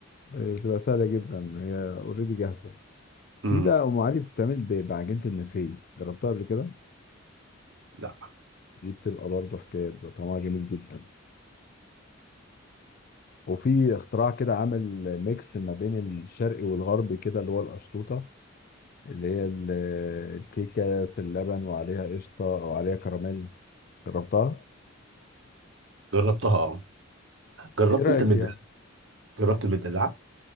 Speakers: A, on the left; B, on the right.
A: آه، بتبقى سهلة جدا هي اوريدي جاهزة في
B: امم
A: بقى أم علي بتتعمل ب- بعجينة المنفيل جربتها قبل كده
B: لا
A: دي بتبقى برضه حكاية بيبقى طعمها جميل جدا وفي اختراع كده عمل ميكس ما بين الشرقي والغربي كده اللي هو القشطوطة اللي هي ال- الكيكة في اللبن وعليها قشطة أو عليها كراميل جربتها؟
B: جربتها اه جربت
A: إيه رأيك
B: انت المدلعة
A: فيها؟
B: جربت المدلعة